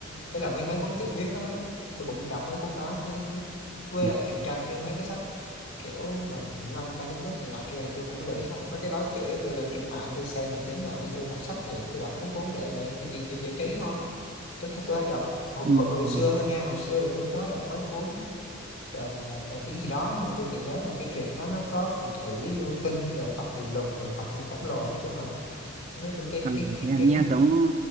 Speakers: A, on the left; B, on the right.
A: ấy là mấy mấy cuốn tiểu thuyết á tôi cũng đọc mấy cuốn đó chứ với
B: ừ.
A: lại truyện tranh chứ mấy cái sách kiểu mình nâng cao kiến thức này nọ kia thì tôi cũng lười đọc mấy cái đó chửi tôi lên trên mạng tôi xem mà tính nào cho tôi đọc sách thì tôi đọc mấy cuốn để giải giải, giải, giải trí thôi tôi tôi hay đọc hồi,
B: Ừm,
A: hồi, hồi xưa thôi nha hồi xưa tôi có đọc mấy cuốn và, và cái gì đó nhưng mà tôi chỉ nhớ là cái truyện đó nó có phù thủy yêu tinh rồi tộc người lùn rồi tộc người khổng lồ nói chung là nói chung cái
B: à,
A: cái
B: thế là
A: cái
B: nghe
A: cái
B: giống ờ,